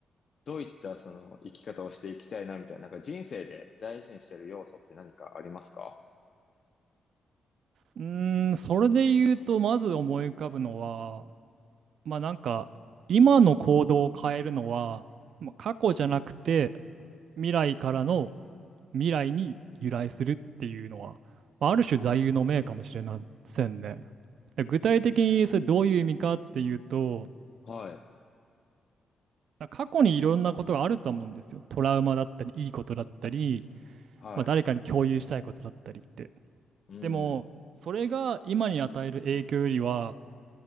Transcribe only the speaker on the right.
うん。うーん、それで言うと、まず思い浮かぶのは、まあなんか、今の行動を変えるのは、まあ、過去じゃなくて、未来からの未来に由来するっていうのは、まあ、ある種座右の銘かもしれませんね。で具体的にそれどういう意味かっていうと、
だから過去にいろんなことがあると思うんですよ。トラウマだったり、いいことだったり、
まあ、誰かに共有したいことだったりって。
でも、それが今に与える影響よりは、